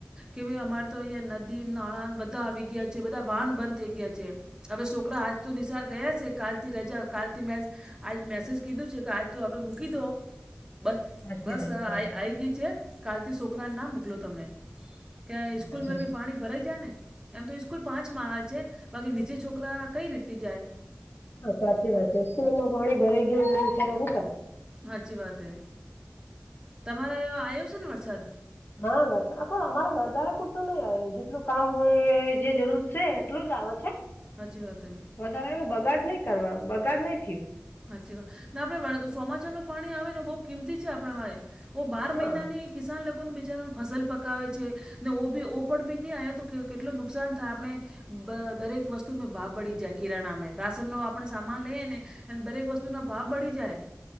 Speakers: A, on the right (about 15°); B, on the left (about 45°).
A: કે ભાઈ અમારે તો અહિયાં નદી નાણાં બધા આવી ગયા છે બધા વાહન બંધ થઈ ગયા છે. હવે છોકરા આજ તો નિશાર ગયા છે કાલથી રજા કાલથી મેં આજ મેસેજ કીધું છે કે આજ તો હવે મૂકી દો. બસ
B: સાચી
A: બસ
B: વાત
A: આ
B: છે
A: આઈ ગઈ છે કારાલતી છોકરાને ના મોકલો તમે. કેયા સ્કૂલમાં
B: સાચી વાત છે.
A: ભી પાણી ભરાઈ જાયને. એમ તો સ્કૂલ પાંચ માળા છે બાકી નીચે છોકરા કઈ રીતી જાય.
B: હા સાચી વાત છે, સ્કૂલોમાં પાણી ભરાઈ ગયું એટલો વિચારો હું કર
A: સાચી વાત એ, તમારે એ આવ્યો છે ને વરસાદ?
B: હા બસ પણ અમારે વધારે પૂરતો નહી આવે જેટલું કામ હોય જે જરૂર છે એટલું જ આવે છે.
A: હાચી વાત હે.
B: વધારે એને બગાડ નઈ કરવા બગાડ નઈ થયું.
A: સાચી વાત ને આપણેે સોમાચાર નું પાણી આવે ને બહુ કિંમતી છે આપણે માટે એ બહ બાર
B: હા
A: મહિનાની કિસાન લોકોને બિચારાની ફસલ પકાવે છે. ને ઓ બી ઓ પણ બી ની આવ્યો તો કેટલું નુકસાન થાય આપણે. બ દરેક વસ્તુમાં ભાવ બઢી જાત. કિરાણામાં રાશનનો આપણે સામાન લઈએ ને એ દરેક વસ્તુનો ભાવ બધી જાય.